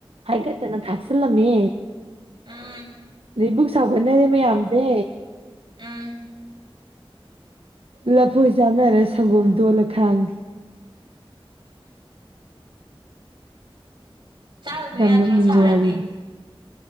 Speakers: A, on the right; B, on the right.
A: ꯍꯥꯏꯀꯠꯇꯅ ꯊꯥꯛꯆꯤꯜꯂꯝꯃꯦ
B: ꯎꯝ
A: ꯕꯨꯛ ꯁꯥꯎꯒꯟꯅꯔꯦ ꯃꯌꯥꯝꯁꯦ
B: ꯎꯝ
A: ꯂꯐꯣꯏ ꯆꯥꯟꯅꯔꯦ ꯁꯪꯒꯣꯝ ꯇꯣꯜꯂ ꯈꯥꯡꯉ
B: ꯆꯥꯔꯨꯅꯨ
A: ꯎ ꯌꯥꯝꯗꯝ
B: ꯌꯥꯗ꯭ꯔꯣ
A: ꯃꯤꯕ
B: ꯁꯥꯔꯗꯤ
A: ꯋꯥꯔꯤꯔꯤ